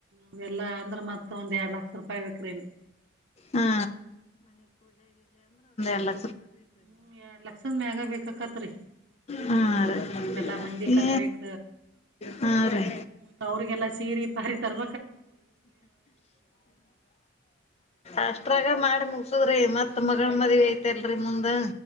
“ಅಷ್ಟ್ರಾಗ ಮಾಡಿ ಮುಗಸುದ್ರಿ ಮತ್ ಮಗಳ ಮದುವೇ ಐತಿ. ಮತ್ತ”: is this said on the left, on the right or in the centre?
Left